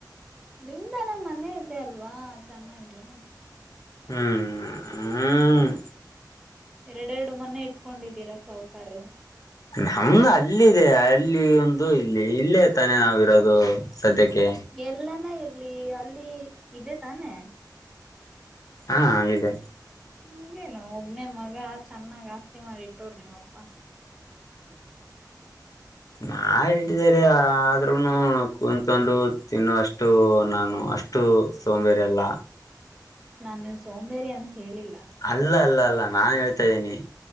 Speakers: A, in the centre; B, on the left.
A: ನಿಮ್ದಾನ ಮನೆ ಇದೆ ಅಲ್ವಾ ಚೆನ್ನಾಗಿ
B: ಹ್ಮ್ ಹ್ಮ್
A: ಎರಡೆರಡು ಮನೆ ಇಟ್ಕೊಂಡಿದ್ದೀರಾ ಸಾಹು ಕಾರರು
B: ನಮ್ದು ಅಲ್ಲಿದೆ ಅಲ್ಲಿ ಒಂದು ಇಲ್ಲಿ ಇಲ್ಲೇ ತಾನೆ ನಾವಿರೋದು ಸದ್ಯಕ್ಕೆ
A: ಎಲ್ಲಾನ ಇರ್ ಲಿ ಅಲ್ಲಿ ಇದೆ ತಾನೆ
B: ಹಾ ಇದೆ
A: ಇನ್ನೇನು ಒಬ್ನೇ ಮಗ ಚೆನ್ನಾಗ್ ಆಸ್ತಿ ಮಾಡಿ ಇಟ್ಟೋರ್ ನಿಮ್ಮಪ್ಪಾ
B: ಮಾಡಿಟ್ಟಿದ್ದಾರೆ ಆದ್ರೂನು ಕುಂತ್ಕೊಂಡು ತಿನ್ನೋ ಅಷ್ಟು ನಾನ್ ನು ಅಷ್ಟು ಸೋಂಬೇರಿ ಅಲ್ಲ
A: ನಾನ್ ನೀವ್ ಸೋಂಬೇರಿ ಅಂತ ಹೇಳಿಲ್ಲ
B: ಅಲ್ಲ ಅಲ್ಲ ಅಲ್ಲ ನಾನ್ ಹೇಳ್ತಾ ಇದ್ದೀನಿ